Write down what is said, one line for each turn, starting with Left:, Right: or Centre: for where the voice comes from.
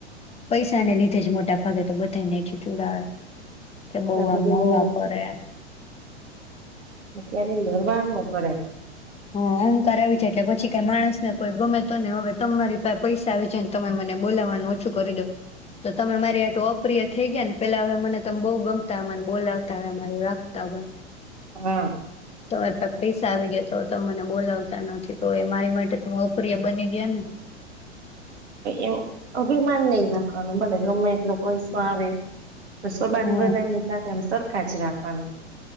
Left: પૈસાને લીધે જ મોટા ભાગે તો બધાને એથી ચડાવે. કે બહ
Right: બધું
Left: આમવા પરેે.
Right: ું ક્યારે લડવાનું કરાય...
Left: હા અહંકાર આવી જાય એટલે પછી ક માણસને કોઈ ગમે તો ને હવે તમારી પા પૈસા આવી જાયને તમે મને બોલાવવાનું ઓછું કરી દો તો તમે મારી આટું અપ્રિય થઈ ગયા ને પેલા હવે મને ત બહુ ગમતા મને બોલાવતા હર રાખતા.
Right: હા.
Left: તમારે પા પૈસા આવી ગયા તો ત મને બોલાવતા નથી તો એ મારી માટે ત અપ્રિય બની ગયા ને.
Right: એવું અભિમાન નહી રાખવાનું ભલે ગમે એટલો પૈસો આવે. તો શો બાંધ
Left: હમ
Right: બધા સાથેમ સર... કાચ રાખવાનું.